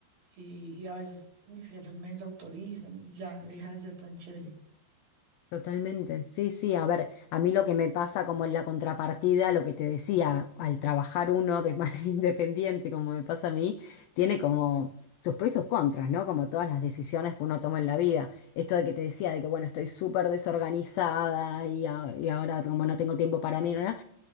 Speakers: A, on the right; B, on the left.
A: y, y a veces mis jefes me desautorizan y ya deja de ser tan chévere.
B: Totalmente. Sí, sí, a ver, a mí lo que me pasa como en la contrapartida, lo que te decía, al trabajar uno de manera <laughs> independiente, como me pasa a mí, tiene como sus pros y sus contras, ¿no? Como todas las decisiones que uno toma en la vida. Esto de que te decía, de que bueno, estoy súper desorganizada y, a- y ahora como no tengo tiempo para mí, ¿no? no,